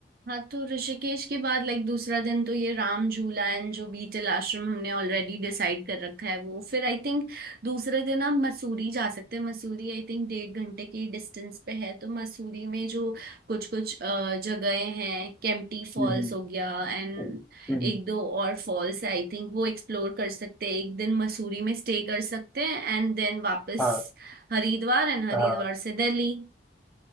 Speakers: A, on the right; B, in the centre.
A: हाँ तो ऋषिकेश के बाद लाइक दूसरा दिन तो ये राम झूला एंड जो बीटल आश्रम हमने ऑलरेडी डिसाइड कर रखा है वो फिर आई थिंक दूसरे दिन हम मसूरी जा सकते हैं मसूरी आई थिंक डेढ़ घंटे की डिस्टेंस पे है तो मसूरी में जो कुछ कुछ जगहें हैं केम्प्टी फॉल्स
B: हम्म हम्म
A: हो गया एंड
B: हम्म, हम्म,
A: एक दो और फॉल्स है आई थिंक वो एक्सप्लोर कर सकते हैं एक दिन मसूरी में स्टे कर सकते हैं एंड देन वापस
B: हाँ
A: हरिद्वार एंड हरिद्वार
B: हाँ
A: से दिल्ली